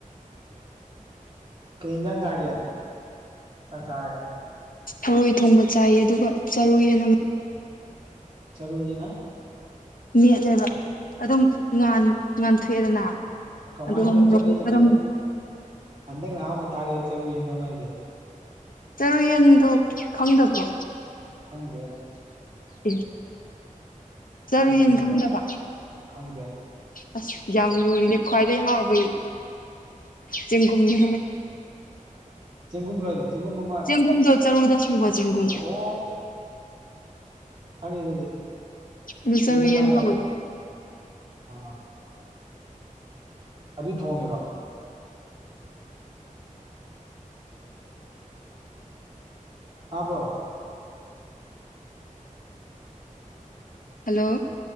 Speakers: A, on the right (about 35°); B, on the left (about 80°).
A: ꯀꯖꯥꯡ ꯆꯥꯒꯦ ꯆꯥꯔꯦ
B: ꯊꯔꯣꯏ ꯊꯣꯡꯕ ꯆꯥꯏꯌꯦ ꯑꯗꯨꯒ ꯃꯔꯣꯏ ꯌꯦꯅꯝ
A: ꯆꯔꯨ ꯌꯦꯅꯝ
B: ꯃꯦꯠꯂꯦꯕ ꯑꯗꯨꯝ ꯉꯥꯟꯊꯣꯛꯑꯦꯗꯅ
A: ꯀꯃꯥꯏꯅꯣ
B: ꯑꯗꯨꯒ ꯃꯣꯔꯣꯛ
A: ꯑꯩ
B: ꯃꯦꯠꯄꯗꯣ
A: ꯑꯩ ꯍꯟꯗꯛꯅ ꯑꯍꯥꯟꯕ ꯇꯥꯔ ꯑꯩ ꯆꯠꯔꯨꯔꯤ ꯌꯦꯅꯝ ꯍꯥꯏꯁꯦ
B: ꯆꯔꯨꯌꯦꯟꯗꯨꯣ ꯈꯪꯗꯕ꯭ꯔꯣ
A: ꯈꯪꯗꯦ
B: ꯑꯦ ꯆꯔꯨ
A: ꯀꯩꯅꯣꯗꯨꯔꯣ
B: ꯌꯦꯟ ꯈꯪꯗꯕ
A: ꯈꯪꯗꯦ
B: ꯑꯁ ꯌꯥꯝ ꯂꯨꯔꯤꯅꯦ ꯈ꯭ꯋꯥꯏꯗꯒꯤꯩ ꯍꯥꯎꯕ ꯆꯦꯡꯒꯨꯝꯅꯦ
A: ꯆꯦꯡꯒꯨꯝ ꯂꯣꯏꯁ ꯆꯦꯡꯒꯨꯝꯃ
B: ꯆꯦꯡꯒꯨꯝꯗꯣ ꯆꯔꯨꯗ ꯁꯨꯕ ꯆꯦꯡꯒꯨꯝ
A: ꯑꯣ ꯈꯪꯉꯦ ꯑꯗꯨꯗꯤ
B: ꯑꯗꯨ
A: ꯑꯁꯦꯡꯕꯨꯝ
B: ꯆꯔꯨꯌꯦꯟ
A: ꯍꯥꯏꯔꯦ
B: ꯀꯧꯋꯦ
A: ꯑ ꯑꯗꯨ ꯊꯣꯡꯉꯤꯔꯣ ꯇꯥꯕ꯭ꯔꯣ
B: ꯍꯜꯂꯣ